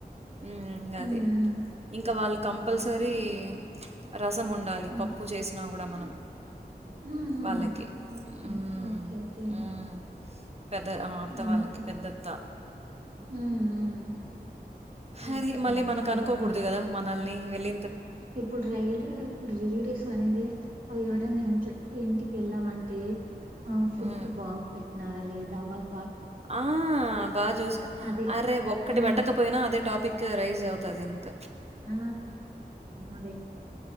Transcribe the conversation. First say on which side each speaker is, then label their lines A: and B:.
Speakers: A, on the right; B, on the right.
A: ఉమ్
B: హ్మ్.
A: అది ఇంకా వాళ్ళు కంపల్సరీ
B: హ్మ్.
A: రసం ఉండాలి
B: హ్మ్.
A: పప్పు చేసి కూడా మనం
B: హుహు.
A: వాళ్ళకి
B: ఓకే.
A: హ్మ్మ్
B: ఓకే. ఓకే.
A: ఉమ్ పెద్ద ఆ అత్త
B: అయినా
A: వాళ్ళకి పెద్దత్త
B: హ్మ్. హ్మ్.
A: హది
B: ఓకే.
A: మళ్ళీ
B: ఓకే
A: మనకు అనుకోకూడదు
B: అక్క.
A: కదా మనల్ని ఇవళ
B: ఇప్పుడు రైల్ ఇప్పుడు రేడియోస్ అనేది అవును అ ఇం ఇంటికి వెళ్ళామంటే తే ఆ ఫుడ్డు
A: మ్మ్.
B: బాగ్ పెట్టినారా లేద్ దావల్
A: ఆ బాగ చూసొకు
B: అదే.
A: అరే ఒక్కటి
B: ఆ!
A: పెట్టకపోయినా అదే టాపిక్ రైజ్ గదింక.
B: ఆ అదే